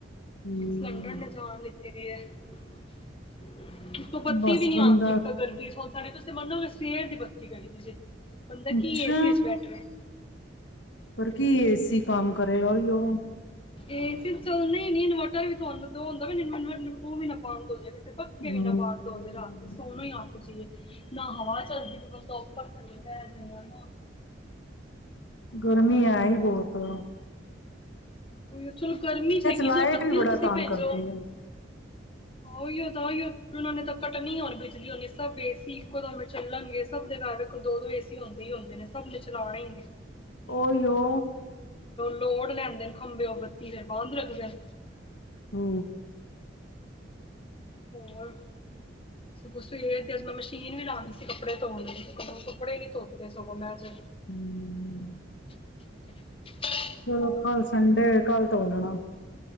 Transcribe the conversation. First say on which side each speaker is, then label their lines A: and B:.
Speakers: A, on the left (about 75°); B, on the left (about 30°).
A: ਹੂੰ
B: ਸਿਲੰਡਰ ਨੇ ਜਾਣ ਲਿੱਤੀ ਪੀ ਏ <unintelligible> ਚ ਬੱਤੀ
A: ਬਸ
B: ਵੀ ਨੀ
A: ਬੰਦਾ
B: ਆਉਂਦੀ ਇੱਕ ਤਾਂ ਗਰਮੀ ਸੋ- ਸਾਡੀੇ ਤੁਸੀਂ ਮੰਨੋਗੇ ਸਵੇਰ ਦੀ ਬੱਤੀ ਗਈ ਵੇ ਜੇ। ਬੰਦੇ
A: ਅੱਛਾ
B: ਕੀ ਏਸੀ ਚ ਬੈਠਾ ਰਹੇ।
A: ਪਰ ਕੀ ਏਸੀ ਕੰਮ ਕਰੇ ਉਹੀੳ।
B: ਇਹ ਸਿਰਫ ਚੱਲਣੇ ਹੀ ਨੀ ਇਨਵਰਟਰ ਵੀ ਤੁਹਾਨੂੰ ਦ <unintelligible> ਹੁੰਦਾ ਵੀ ਇਨਵਟਰ ਉਹ ਵੀ ਨਾ ਬੰਦ ਹੋ ਜਾਵੇ। ਤੇ ਪੱਖੇ
A: ਹਮ
B: ਵੀ ਨਾ ਬੰਦ ਹੋ ਜੇ ਰਾਤੀ ਸੋਨ ਹੀ ਅੱਠ ਜਾਈਏ। ਨਾ ਹਵਾ ਚੱਲਦੀ ਵੀ ਬੰਦਾ ਉੱਪਰ ਥੱਲੇ। ਪੈਜ ਵਨਾ
A: ਗਰਮੀ ਹੈ, ਹੀ ਬਹੁਤ <unintelligible> ਤ
B: ਉਹੀ ਚਲੋ ਗਰਮੀ ਚ ਹੈਗੀ
A: ਲਾਈਟ
B: ਚਲੋ ਬੱਤੀ
A: ਵੀ ਬੜਾ
B: ਤੇ ਤੁਸੀਂ
A: ਤੰਗ
B: ਭੇਜੋ
A: ਕਰਦੀ
B: ਆਹ
A: ਹੈ
B: ਉਹੀ ਤਾਂ ਉਹਿ ਉਹਨਾਂ ਨੇ ਤਾਂ ਕੱਟਣੀ ਹੁਣ ਬਿਜਲੀ, ਉਹੇ ਸਭ ਏ ਸੀ ਇੱਕੋ ਦਮ ਚੱਲਣਗੇ, ਸਭ ਦੇ ਘਰ ਇੱਕ ਦੋ ਦੋ ਏ ਸੀ ਹੁੰਦੇ ਹੀ ਹੁੰਦੇ ਨੇ, ਸਭ ਨੇ ਚਲਾਉਣੇ ਹੀ ਨੇ।
A: ਉਹਿਉ
B: ਤੋੜ ਲੈਂਦੇ ਨੇ। ਖੰਬੇਉ ਬੱਤੀ ਤੇ ਬੰਦ ਰੱਖਦੇ ਨੇ।
A: ਹੂੰ।
B: ਹੋਰ ਕੁਛ ਸਵੇਰੇ ਤੇ ਅੱਜ ਮੈਂ ਮਸ਼ੀਨ ਵੀ ਲਾਣੀ- ਕੱਪੜੇ ਧੋਣ ਲਈ, ਕੱਪੜੇ ਨੀ ਧੋਤੇ ਸਗੋਂ ਮੈਂ ਅੱਜ।
A: ਹੂੰ।
B: <unintelligible>
A: ਚਲੋ
B: ਹੋਰ
A: ਕੱਲ ਸੰਡੇ ਐ ਕੱਲ ਧੋ ਲੈਣਾ।